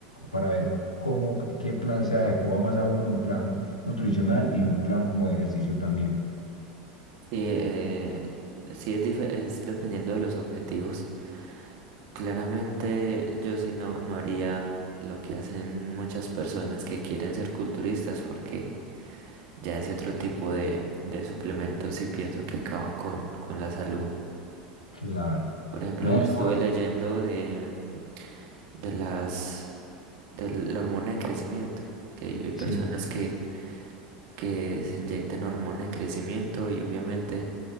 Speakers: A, on the left; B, on the right.
A: para ver cómo, qué plan se adecua más a uno, un plan nutricional y un plan como de ejercicio también.
B: Sí, eh, sí es, dife- es dependiendo de los objetivos. Claramente yo sí no, no haría lo que hacen muchas personas que quieren ser culturistas porque ya ese otro tipo de, de suplementos sí pienso que acaban con, con la salud.
A: Claro.
B: Por ejemplo,
A: No,
B: estuve
A: eso, va-
B: leyendo de, de las de la hormona de crecimiento, que hay, hay personas
A: sí,
B: que, que se inyectan hormona de crecimiento y obviamente